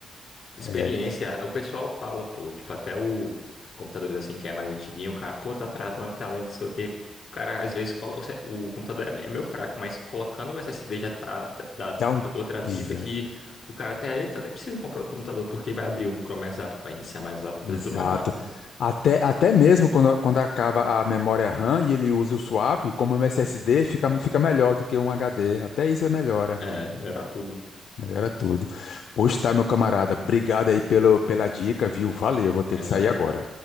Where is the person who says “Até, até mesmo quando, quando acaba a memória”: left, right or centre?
Left